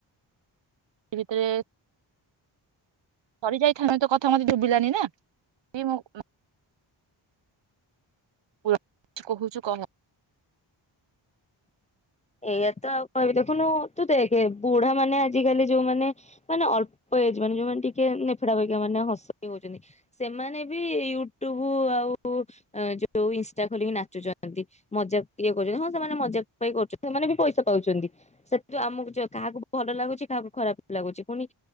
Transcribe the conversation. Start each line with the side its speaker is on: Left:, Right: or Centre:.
Right: ଟି ଭିତରେ ସରି ଯାଇଥାନ୍ତୁ ତୋ କଥା ମତେ ଶୁବିଲାନି ନା ମୁ ମୋ ପୁରା କହୁଚୁ କହ
Left: ଏଇଆ ତ ଆଉ କହି ଦେଖୁନୁ ତୁ ଦେଖେ ବୁଢାମାନେ ଆଜିକାଲି ଯୋଉମାନେ ମାନେ ଅଳ୍ପ ଏଜ ମାନେ ଯୋଉମାନେ ଟିକେ ନେଫିଡା ବାକିଆ ମାନେ ହସ୍ ହୋଉଚନ୍ତି ସେମାନେ ବି ୟୁଟ୍ୟୁବୁ ଆଉ ଯୋଉ ଇନଷ୍ଟା ଖୋଲିକି ନାଚୁଚନ୍ତି ମଜା ଇଏ କରୁଚନ୍ତି ହଁ ସେମାନେ ମଜାକ ପାଇଁ କରୁଚନ୍ ସେମାନେ ବି ପଇସା ପାଉଚନ୍ତି ସେଥୁ ଆମକୁ ଯ କାହାକୁ ଭଲ ଲାଗୁଚି କାହାକୁ ଖରାପ ଲାଗୁଚି ପୁଣି